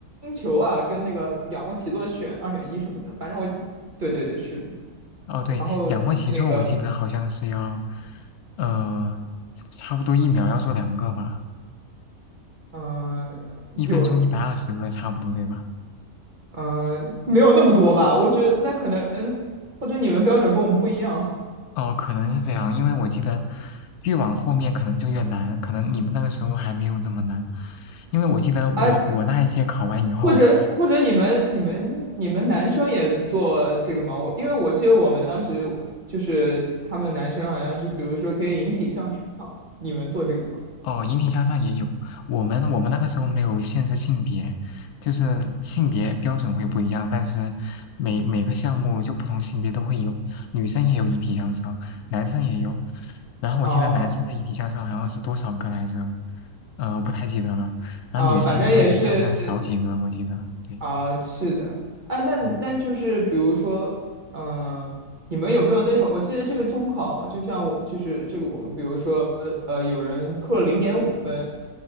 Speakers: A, on the right; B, on the left.
A: 球啊，跟那个仰卧起坐选二选一什么的，反正我，对对对，是的。
B: 哦，对，
A: 然后那个，
B: 仰卧起坐我记得好像是要，呃，差不多一秒要做两个吧，
A: 嗯、
B: 一分钟一百二十个差不多对吧？
A: 有，嗯、没有那么多吧？我觉得那可能或者你们标准跟我们不一样。
B: 哦，可能是这样，因为我记得越往后面可能就越难，可能你们那个时候还没有这么难，因为我记得我我那一届考完以后，
A: 啊。或者或者你们你们你们男生也做这个吗？我因为我记得我们当时就是他们男生好像是，比如说可以引体向上，你们做这个吗？
B: 哦，引体向上也有。我们我们那个时候没有限制性别，就是性别标准会不一样，但是每每个项目就不同性别都会有，女生也有引体向上，男生也有。然后我记得男生的引体向上好像是多少个来着？
A: 啊
B: 呃，不太记得了。然后女生的就会比男生少几个，
A: 啊，反正也是
B: 我记得。对，
A: 啊，是的。哎，那那就是比如说，
B: 嗯，
A: 嗯、你们有没有那种？我记得这个中考，就像我就是这个我们，比如说呃，有人扣了零点五分，